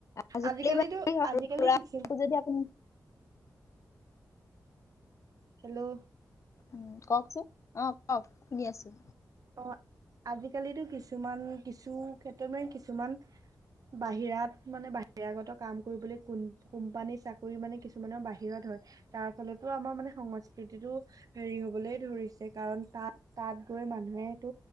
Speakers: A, on the left; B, on the right.
A: আজিকালি
B: আজিকালিটো
A: মানে
B: আজিকালি
A: সৰু ল'ৰাকো
B: কিছু
A: যদি আপুনি
B: হেল্ল'
A: উ কওঁকচোন অ কওক শুনি আছোঁ।
B: অ আজিকালিতো কিছুমান কিছু ক্ষেত্ৰত মানে কিছুমান বাহিৰাত। মানে বাহিৰাগত কাম কৰিবলৈ কো কোম্পানী চাকৰি মানে কিছুমানৰ বাহিৰত হয় তাৰ ফলত। টো আমাৰ মানে সংস্কৃতিতটো হেৰি হ'বলে ধৰিছে কাৰণ তাত তাত গৈ মানুহেটো